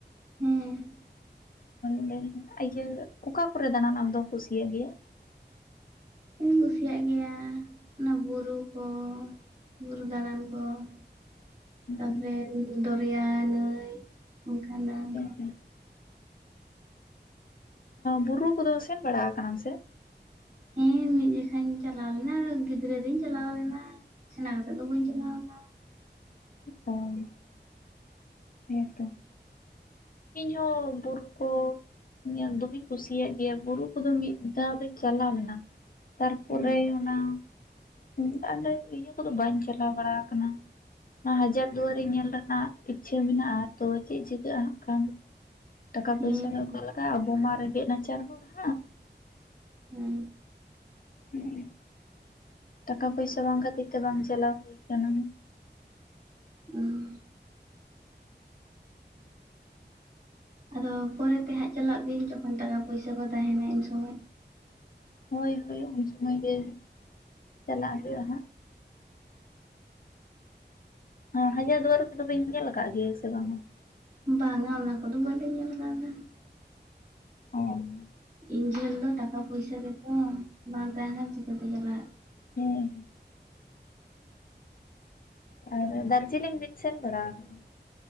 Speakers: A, on the right; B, on the left.
A: ᱦᱮᱸ
B: <inaudible> ᱚ ᱤᱭᱟᱹ ᱚᱠᱟ ᱠᱚᱨᱮ ᱫᱟᱬᱟᱱ ᱟᱢ ᱫᱚᱢ ᱠᱩᱥᱤᱭᱟᱜ ᱜᱮᱭᱟ
A: ᱤᱧ ᱠᱩᱥᱤᱭᱟᱜ ᱜᱮᱭᱟ ᱚᱱᱟ ᱵᱩᱨᱩ ᱠᱚ᱾ ᱵᱩᱨᱩ ᱫᱟᱬᱟᱱ ᱠᱚ ᱾
B: ᱦᱮᱸ
A: ᱛᱟᱯᱚᱨᱮ ᱫᱚᱨᱭᱟ ᱱᱟᱹᱭ ᱚᱱᱠᱟᱱᱟᱜ ᱠᱚ ᱾
B: ᱦᱮᱸ ᱵᱩᱨᱩ ᱠᱚᱫᱚ ᱥᱮᱱ ᱵᱟᱲᱟ ᱠᱟᱱᱟᱢ ᱥᱮ ᱾
A: ᱦᱮᱸ ᱢᱤᱫ ᱡᱠᱷᱷᱟ ᱤᱧ ᱪᱟᱞᱟᱣ ᱞᱮᱱᱟ ᱜᱤᱫᱽᱨᱟᱹ ᱨᱤᱧ ᱪᱟᱞᱟᱣ ᱞᱮᱱᱟ ᱥᱮᱬᱟ ᱠᱟᱛᱮᱜ ᱫᱚ ᱵᱟᱹᱧ ᱪᱟᱞᱟᱣᱱᱟ ᱾
B: ᱦ <unintelligible> ᱦᱮᱸᱛᱚ ᱤᱧ ᱦᱚ ᱵᱩᱨᱩ ᱠᱚ ᱾ ᱤᱧ ᱫᱚᱢᱮᱧ ᱠᱩᱥᱤᱭᱟᱜ ᱜᱮᱭᱟ ᱵᱩᱨᱩ ᱠᱚᱫᱚ ᱢᱤᱫ ᱫᱷᱟᱣ ᱫᱚᱧ ᱪᱟᱞᱟᱣ ᱞᱮᱱᱟ ᱾ ᱛᱟᱨᱯᱚᱨᱮ
A: ᱦᱮᱸ
B: ᱚᱱᱟ ᱾ ᱚᱱᱠᱟ ᱱᱟᱹᱭ ᱠᱚᱫᱚ ᱵᱟᱹᱧ ᱪᱟᱞᱟᱣ ᱵᱟᱲᱟ ᱟᱠᱟᱱᱟ᱾ ᱱᱚᱣᱟ ᱦᱟᱡᱟᱨ ᱫᱩᱣᱟᱨᱤ ᱧᱮᱞ ᱨᱮᱱᱟᱜ ᱤᱪᱪᱷᱟᱹ ᱢᱮᱱᱟᱜᱼᱟ ᱛᱚ ᱪᱮᱫ ᱪᱤᱠᱟᱹᱜᱼᱟ ᱦᱟᱸᱜ ᱠᱷᱟᱱ᱾ ᱴᱟᱠᱟ
A: ᱦᱮᱸ
B: ᱯᱚᱭᱥᱟ ᱫᱚ ᱠᱟ ᱞᱟᱜᱟᱜᱼᱟ ᱟᱵᱚ ᱢᱟ ᱨᱮᱸᱜᱮᱡ ᱱᱟᱪᱟᱨ ᱦᱚᱲ ᱦᱟᱜ᱾
A: <unintelligible>
B: <unintelligible> ᱴᱟᱠᱟ ᱯᱚᱭᱥᱟ ᱵᱟᱝ ᱠᱷᱟᱹᱛᱤᱨ ᱛᱮ ᱵᱟᱝ ᱪᱟᱞᱟᱣ ᱦᱩᱭᱩ ᱟᱠᱟᱱᱟ᱾
A: ᱦᱮᱸ ᱟᱫᱚ ᱯᱚᱨᱮ ᱛᱮ ᱦᱟᱸᱜ ᱪᱟᱞᱟᱜ ᱵᱤᱱ ᱡᱚᱠᱷᱚᱱ ᱴᱟᱠᱟ ᱯᱩᱭᱥᱟ ᱠᱚ ᱛᱟᱦᱮᱱᱟ ᱤᱱ ᱥᱚᱢᱚᱭ ᱾
B: ᱦᱳᱭ ᱦᱳᱭ ᱩᱱ ᱥᱩᱢᱟᱹᱭ ᱜᱮ ᱪᱟᱞᱟᱜ ᱦᱩᱭᱩᱜᱼᱟ ᱦᱟᱸᱜ ᱾ ᱟᱨ ᱦᱟᱡᱟᱨ ᱫᱩᱣᱟᱨᱤ ᱠᱚᱫᱚ ᱧᱮᱞ ᱟᱠᱟᱫ ᱜᱮᱭᱟ ᱥᱮ ᱵᱟᱝᱟ?
A: ᱵᱟᱝᱟ ᱚᱱᱟ ᱠᱚᱫᱚ ᱵᱟᱞᱤᱧ ᱧᱮᱞ ᱟᱠᱟᱣᱫᱟ ᱾
B: <unintelligible>
A: ᱤᱧ ᱴᱷᱮᱱ ᱫᱚ ᱴᱟᱠᱟ ᱯᱚᱭᱥᱟ ᱜᱮᱛᱚ ᱵᱟᱝ ᱛᱟᱦᱮᱱ ᱪᱤᱠᱟᱹᱛᱮ ᱪᱟᱞᱟᱜ ᱾
B: ᱦᱮᱸ ᱟᱨ ᱫᱟᱨᱡᱤᱞᱤᱝ ᱵᱤᱱ ᱥᱮᱱ ᱵᱟᱲᱟ ᱟᱠᱟᱱᱟ?